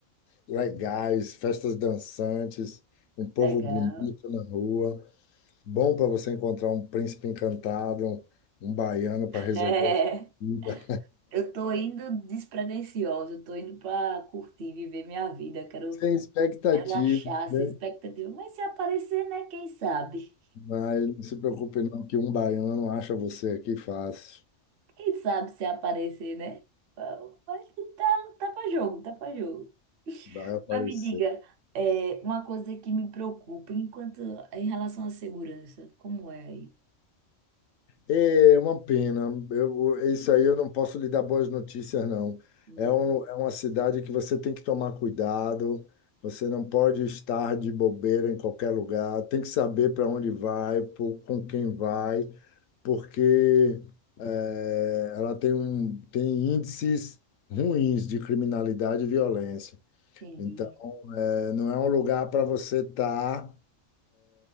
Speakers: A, on the left (about 80°); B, on the right (about 55°).
A: legais, festas dançantes, um povo
B: Legal.
A: bonito na rua. Bom para você encontrar um príncipe encantado, um um baiano para resolver
B: É,
A: a vida.
B: eu tô indo despretensiosa, eu tô indo pra curtir, viver minha vida, quero
A: Sem expectativa,
B: relaxar,
A: né?
B: sem expectativa. Mas se aparecer, né? Quem sabe?
A: Mas não se preocupe não, que um baiano acha você aqui fácil.
B: Quem sabe se aparecer, né? Mas tá, tá pra jogo, tá pra jogo.
A: Vai aparecer.
B: Mas me diga, é, uma coisa que me preocupa enquanto em relação à segurança, como é aí?
A: É uma pena. Eu, isso aí eu não posso lhe dar boas notícias, não.
B: Hum,
A: É, um, é uma cidade que você tem que tomar cuidado. Você não pode estar de bobeira em qualquer lugar. Tem que saber para onde vai, por- com quem vai, porque eh, ela tem, um, tem índices ruins de criminalidade e violência.
B: Entendi.
A: Então, é, não é um lugar para você estar